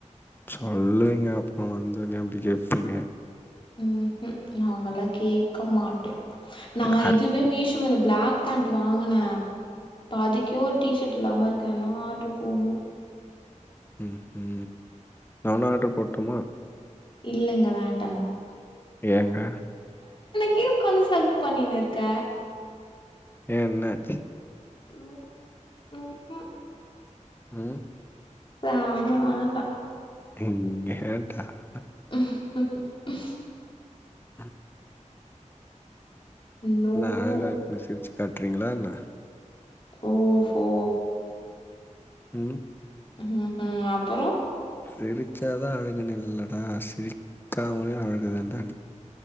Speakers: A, on the left; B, on the left.
A: சொல்லுவிங்க அப்போ வந்து ஏ அப்டி கேப்பீங்க
B: உஹூம் நாங்கல்லா கேக்க மாட்டோ நா
A: யாருக்கா
B: இதுவே மீஷோல இந்த பிளாக் பேண்ட் வாங்குன இப்ப அதுக்கே ஒரு டீஷர்ட் டில்லாம இருக்கேன்னா ஆட்ரு போன்னு
A: ம்ம் நா வேன்னா ஆடர் போட்டுமா
B: இல்லைங்க வேன்
A: ஏங்க
B: கே உக்காந்து சலுக பண்ணீன்னு இருக்க
A: ஏ என்னாச்சு
B: ம் ஹுஹூ
A: ம்
B: ஆஹூ வேண்டா
A: டிம் ஏண்டா அ
B: ஹிம் ஹிம்
A: ம்
B: நோ
A: நா அழகா
B: நோ
A: இருக்கன்னு சிரி ச்சு காட்றீங்களா என்ன?
B: ஓஹோ
A: ம்
B: ம் ஹும் அப்பறோ?
A: சிரிச்சாதா அழகுன்னு இல்லடா சிரிக்காமலே அழகுதாண்டான்னு.